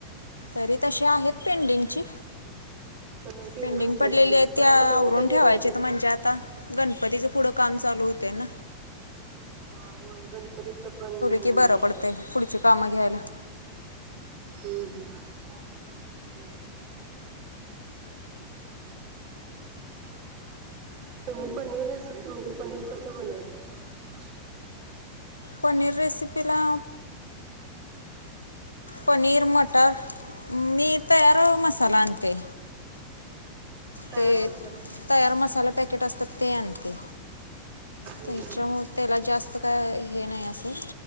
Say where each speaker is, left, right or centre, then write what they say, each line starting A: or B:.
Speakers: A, on the left; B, on the right.
A: तरी तशी आहेत पेंडिंगची
B: तर पेंटिंगचे
A: पेंडिंग पडलेली
B: असते
A: आहे
B: पण
A: त्या
B: आता नवीन
A: आवरून
B: काय जास्त
A: ठेवायचे
B: येत नसते.
A: म्हणजे आता गणपतीच पुढं काम चालू होत तन
B: हा हो गणपतीतलं पणतम्
A: की बरं पडतंय पुढची कामं घ्यायला
B: हम्् पावलं बायको त मी पनीर रेसिपी म्हणजे पनीर कस बनवत
A: पनीर रेसिपला पनीर मटर मी तयार मसाला आणते
B: तयार
A: ते
B: मसाला.
A: तयार मसाे पॅकेट पस्त ते आहे ते
B: हम्म.
A: त्याच्यामुळे त्याला जास्त काय हे नाही असं